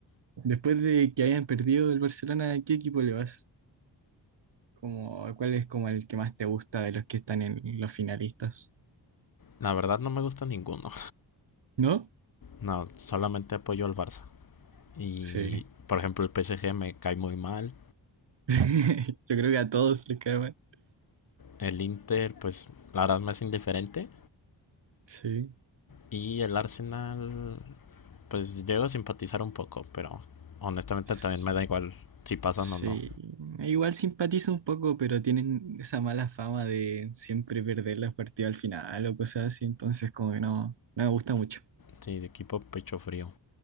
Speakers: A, on the right; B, on the left.
A: Después de que hayan perdido el Barcelona, ¿a qué equipo le vas? Como, ¿cuál es como el que más te gusta de los que están en los finalistas?
B: La verdad no me gusta ninguno.
A: ¿No?
B: No, solamente apoyo al Barça. Y
A: Sí.
B: por ejemplo el PSG me cae muy mal.
A: <laughs> Yo creo que a todos les cae mal.
B: El Inter pues la verdad me es indiferente.
A: Sí.
B: Y el Arsenal pues llego a simpatizar un poco, pero honestamente
A: S-
B: también me da igual si pasan
A: Sí.
B: o no.
A: Igual simpatizo un poco, pero tienen esa mala fama de siempre perder los partidos al final o cosas así. Entonces, como que no, no me gusta mucho.
B: Sí, de equipo pecho frío.